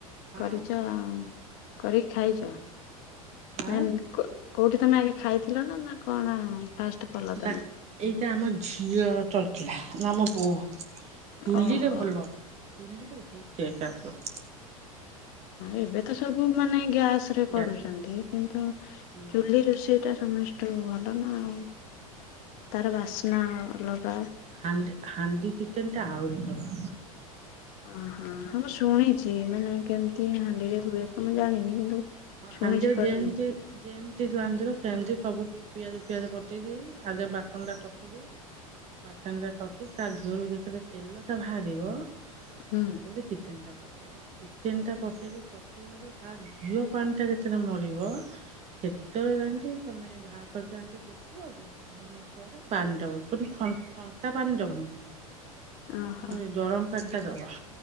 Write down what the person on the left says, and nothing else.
କରିଛ ଆ କରିକି ଖାଇଛ
ନାଇ ବା କୋଉଠି ତମେ ଆଗେ ଖାଇଥିଲ ନା ନ କଣ ହଁ ଫାଷ୍ଟ କଲ
ତମେ।
ଓହୋ।
ଏବେ ତ ସବୁ ମାନେ ଗ୍ୟାସ୍‌ରେ
କରୁଛନ୍ତି କିନ୍ତୁ
ଚୁଲି ରୋଷେଇ ସେଟା ସମସ୍ତ ଟୁ ଭଲ ନା ଆଉ ତାର ବାସ୍ନା ଅଲଗା।
ଓହୋ ମୁଁ ଶୁଣିଛି ମାନେ କେମିତି ହାଣ୍ଡିରେ ହୁଏ ତ ମୁଁ ଜାଣିନି କିନ୍ତୁ
ଶୁଣିଛି
କରନ୍ତି
ହୁଁ
ଓହୋ।